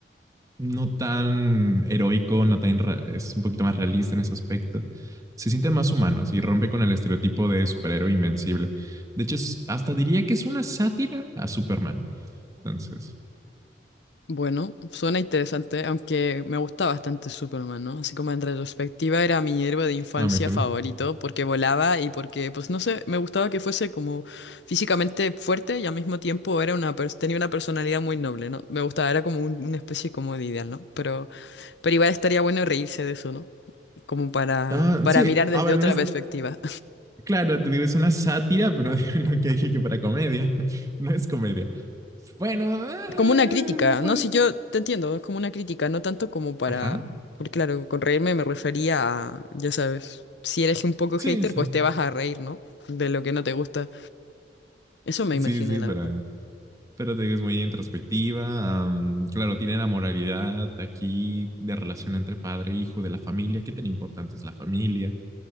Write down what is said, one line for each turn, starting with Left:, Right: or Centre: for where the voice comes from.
Right: no tan heroico, no tan, ra- es un poquito más realista en ese aspecto. Se sienten más humanos y rompe con el estereotipo de superhéroe invencible. De hecho, es- hasta diría que es una sátira a Superman. Entonces,
Left: Bueno, suena interesante, aunque me gusta bastante Superman, ¿no? Así como en retrospectiva era mi héroe de infancia
Right: a mí también.
Left: favorito porque volaba y porque, pues no sé, me gustaba que fuese como físicamente fuerte y al mismo tiempo era una pers- tenía una personalidad muy noble, ¿no? Me gustaba, era como un- una especie como de ideal, ¿no? Pero, pero igual estaría bueno reírse de eso, ¿no? Como para,
Right: Ah,
Left: para
Right: sí,
Left: mirar desde
Right: a ver,
Left: otra
Right: no es
Left: perspectiva.
Right: Claro, te digo, es una sátira, pero no, <laughs> no que dije que para comedia. <laughs> No es comedia. Bueno, eh,
Left: como una crítica,
Right: pues,
Left: ¿no? Si yo te entiendo, es como una crítica, no tanto como para,
Right: ajá,
Left: porque claro, con reírme me refería a, ya sabes, si eres un poco
Right: sí,
Left: hater,
Right: sí,
Left: pues te vas a reír, ¿no? De lo que no te gusta. Eso me
Right: sí,
Left: imaginé,
Right: sí,
Left: la
Right: pero,
Left: verdad.
Right: pero te digo, es muy introspectiva. am, claro, tiene la moralidad aquí de relación entre padre e hijo, de la familia, qué tan importante es la familia,